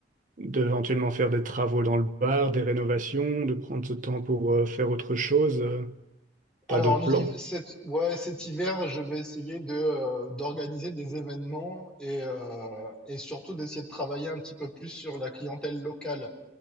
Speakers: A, on the right; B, in the centre.
A: de éventuellement faire des travaux dans le bar, des rénovations, de prendre ce temps pour euh, faire autre chose. euh,
B: alors
A: T'as d'autres
B: l'hiv-
A: plans?
B: cet... ouais, cet hiver, je vais essayer de euh, d'organiser des événements et, euh, et surtout d'essayer de travailler un petit peu plus sur la clientèle locale.